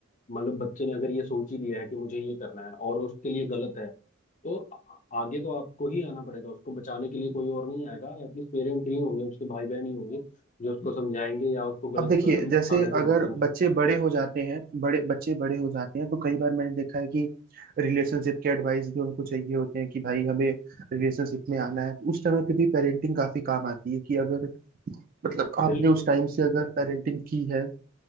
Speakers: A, on the left (about 35°); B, on the right (about 40°).
A: मतलब बच्चे ने अगर ये सोच ही लिया है कि मुझे ये करना है और उसके लिए गलत है तो आ- आगे तो आपको ही आना पड़ेगा उसको बचाने के लिए कोई और नहीं आएगा एटलीस्ट पेरेंट ही होंगे उसके भाई बहन ही होंगे जो उसको समझाएंगे या उसको गलत
B: अब देखिए
A: कदम
B: जैसे
A: उठाने से
B: अगर
A: रोकेंगे
B: बच्चे बड़े हो जाते हैं बड़े बच्चे बड़े हो जाते हैं तो कई बार मैंने देखा है कि रिलेशनशिप के एडवाइस भी उनको चाहिए होते हैं कि भाई हमें रिलेशनशिप में आना है तो उस समय पे भी पेरेंटिंग काफी काम आती है कि अगर मतलब आपने
A: बिल्कुल
B: उस टाइम से अगर पेरेंटिंग की है